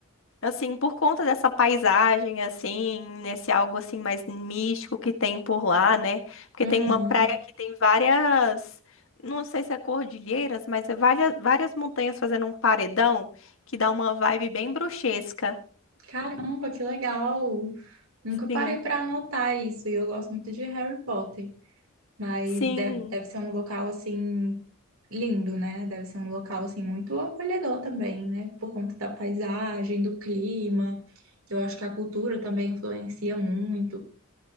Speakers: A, on the left; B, on the right.
A: Assim, por conta dessa paisagem, assim, nesse algo assim mais místico que tem por lá, né? Porque
B: aham.
A: tem uma praia que tem várias, não sei se é cordilheiras, mas é várias, várias montanhas fazendo um paredão que dá uma vibe bem bruxesca.
B: Caramba, que legal. Nunca
A: Sim,
B: parei para anotar isso e eu gosto muito de Harry Potter, mas
A: sim.
B: deve, deve ser um local assim lindo, né? Deve ser um local assim muito acolhedor também, né? Por conta da paisagem, do clima. Eu acho que a cultura também influencia muito.